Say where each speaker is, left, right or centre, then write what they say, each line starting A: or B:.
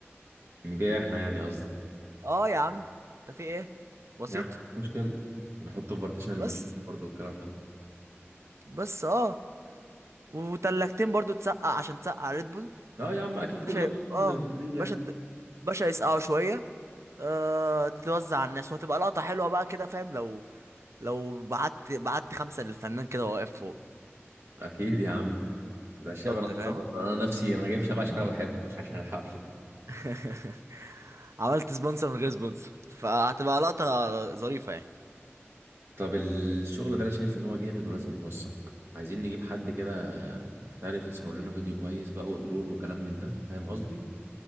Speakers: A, on the right; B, on the right.
A: نبيع احنا يعني قصدك
B: اه يا عم انت في ايه بسيط
A: يا عم مش مشكلة نحطه في بارتيشن المشاكل
B: بس
A: برضه والكلام ده
B: بس اه وتلاجتين برضو تسقع عشان تسقع ريد بول
A: لا يا عم اكيد
B: باشا
A: كل ده
B: اه
A: من المدريد يعني
B: باشا د- باشا يسقعوا شوية آه تتوزع على الناس وهتبقى لقطة حلوة بقى كده فاهم لو لو بعت بعت خمسة للفنان كده وهو واقف فوق
A: اكيد يا عم ده
B: بالظبط
A: الشعب انا
B: فاهم
A: اصلا انا نفسي انا جايب شعب عشان انا بحبه مش عشان الحفله
B: <laughs> عملت سبونسر من غير سبونسر فهتبقى لقطة ظريفة يعني
A: طب الشغل ده انا شايف ان هو جامد ولازم يتوثق عايزين نجيب حد كده محترف يصور لنا فيديو كويس بقى ودرون وكلام من ده فاهم قصدي